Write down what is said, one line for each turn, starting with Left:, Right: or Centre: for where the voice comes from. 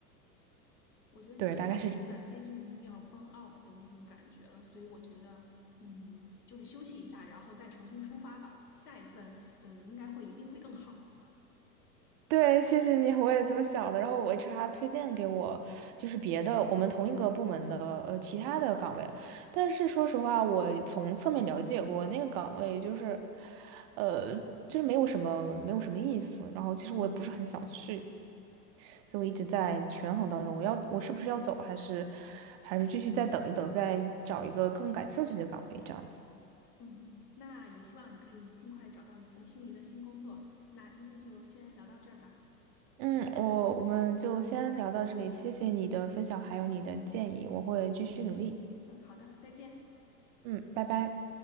Left: 我觉得你这好像有一点儿接近于要
Right: 对，大概是。
Left: burn out 的那种感觉了，所以我觉得，嗯，就是休息一下，然后再重新出发吧。下一份，嗯，应该会一定会更好。
Right: 对，谢谢你，我也这么想的。然后我 HR 推荐给我，就是别的我们同一个部门的呃其他的岗位，但是说实话，我从侧面了解过那个岗位，就是，呃，就是没有什么没有什么意思。然后其实我也不是很想去，所以我一直在权衡当中，我要我是不是要走，还是还是继续再等一等，再找一个更感兴趣的岗位这样子。
Left: 嗯，那也希望你可以尽快找到一份心仪的新工作。那今天就先聊到这儿吧。
Right: 嗯，我我们就先聊到这里，谢谢你的分享，还有你的建议，我会继续努力。
Left: 嗯，好的，再见。
Right: 嗯，拜拜。